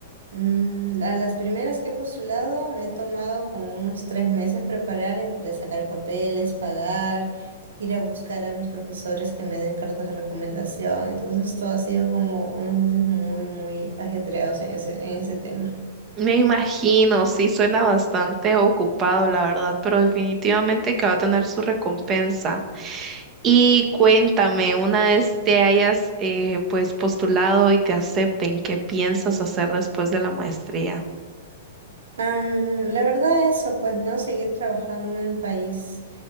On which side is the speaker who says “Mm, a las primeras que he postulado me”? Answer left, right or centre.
Right